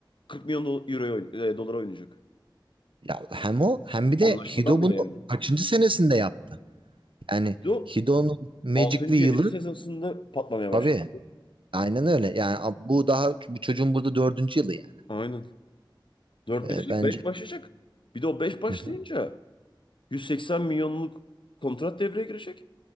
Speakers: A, on the left; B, on the right.
A: 40 milyon do- euroya oyn- e, dolar oynayacak.
B: Ya hem o hem bir de
A: Anlaşmadan
B: Hido
A: bile
B: bunu
A: yani.
B: kaçıncı senesinde yaptı? Yani
A: Hido
B: Hido'nun Magic'li
A: 6.
B: yılı
A: 7. sezonunda patlamaya
B: tabii.
A: başladı.
B: Aynen öyle. Yani a- bu daha bu çocuğun burada dördüncü yılı yani.
A: Aynen. 4
B: Ee,
A: bitecek,
B: bence.
A: 5 başlayacak. Bir de o 5 başlayınca
B: Hı hı.
A: 180 milyonluk kontrat devreye girecek.